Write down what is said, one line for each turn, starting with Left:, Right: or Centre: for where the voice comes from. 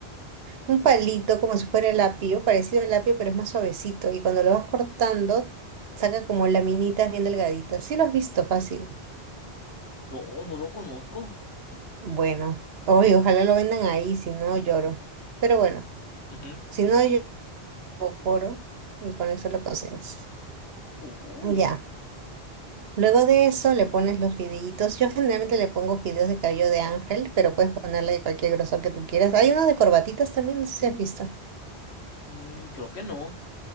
Right: un palito como si fuera el apio, parecido al apio, pero es más suavecito. Y cuando lo vas cortando, saca como laminitas bien delgaditas. Sí lo has visto fácil.
Left: No, no lo conozco.
Right: Bueno, hoy ojalá lo vendan ahí, si no lloro. Pero bueno,
Left: Ujú.
Right: si no yo coro y con eso lo cocinas.
Left: Uy,
Right: Ya. Luego de eso le pones los fideitos. Yo generalmente le pongo fideos de cabello de ángel, pero puedes ponerle de cualquier grosor que tú quieras. Hay unos de corbatitas también, no sé si has visto.
Left: mm, creo que no.